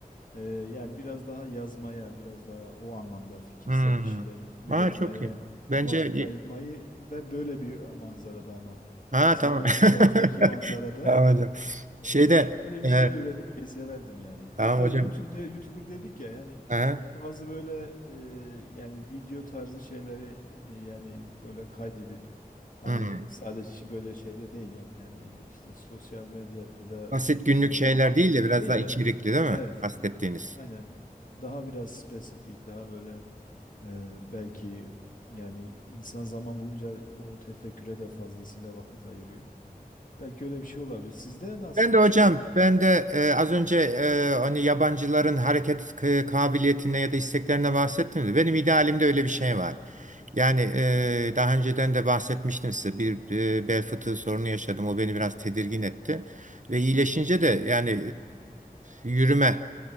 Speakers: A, on the left (about 60°); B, on the right (about 50°).
A: e, yani biraz daha yazmaya, biraz daha o anlamda fikirsel
B: hı.
A: bir şeyler üretmeye
B: Ha, çok iyi. Bence
A: vakit
B: iyi.
A: ayırmayı ve böyle bir manzarada ama
B: Ha
A: sizin
B: tamam.
A: o fotoğraftaki
B: <laughs>
A: manzarada
B: Tamam hocam. Şeyde
A: ee, Böyle bir
B: e,
A: şeyler üretmeyi severdim yani. Hatta
B: tamam hocam.
A: YouTube'da YouTuber dedik ya yani
B: Aha,
A: bazı böyle e, yani video tarzı şeyleri e, yani böyle kaydedip hani
B: hı.
A: sadece işi böyle şeyde değil yani işte sosyal medyada
B: Basit
A: meşhur
B: günlük
A: olmak
B: şeyler
A: amacıyla
B: değil de biraz
A: değil
B: daha
A: de
B: içerikli değil mi?
A: evet
B: Kastettiğiniz.
A: aynen daha biraz spesifik daha böyle e, belki yani insan zaman bulunca o tefekküre de fazlasıyla vakit ayırıyor. Belki öyle bir şey olabilir. Sizde nasıl
B: Ben de
A: çok
B: hocam,
A: konuşmadım.
B: ben de e, az önce e, hani yabancıların hareket k- kabiliyetine ya da isteklerine bahsettim de benim idealimde öyle bir şey var. Yani e, daha önceden de bahsetmiştim size bir e, bel fıtığı sorunu yaşadım. O beni biraz tedirgin etti ve iyileşince de yani e, yürüme